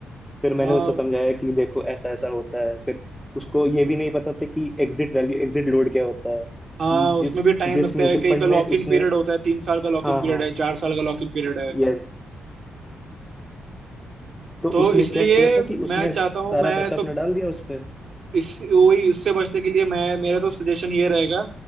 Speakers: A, in the centre; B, on the right.
A: फिर मैंने
B: हाँ
A: उसे समझाया कि देखो ऐसा ऐसा होता है फिर उसको ये भी नहीं पता था कि एग्जिट वैल्यू एग्जिट लोड क्या होता है कि
B: हाँ उसमें
A: जिस
B: भी टाइम
A: जिस
B: लगता
A: म्यूचुअल
B: है कई
A: फंड
B: का लॉक
A: में उसने
B: इन पीरियड होता है तीन साल का लॉक
A: हाँ
B: इन पीरियड
A: हाँ
B: है चार साल का लॉक इन पीरियड है
A: यस तो
B: तो
A: उसने
B: इसलिए
A: क्या किया था कि
B: मैं
A: उसने
B: चाहता
A: सारा
B: हूँ मैं
A: पैसा
B: तो
A: अपना डाल दिया उसमें
B: इस वही इससे बचने के लिए मैं मेरा तो सजेशन ये रहेगा